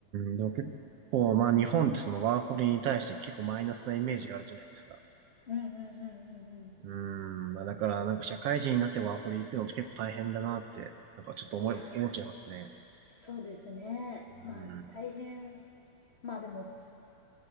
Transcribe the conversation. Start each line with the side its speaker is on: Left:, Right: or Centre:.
Right: ん。でも結構、まあ日本ってそのワーホリに対して結構マイナスなイメージがあるじゃないですか。
Left: うんうんうんうんう
Right: うん。まあだからなんか社会人になってワーホリ行くのって結構大変だなって、なんかちょっと思い、
Left: ん。いやー、
Right: 思っちゃいますね。
Left: そうですね。
Right: うん。
Left: まあ大変。まあでも、そ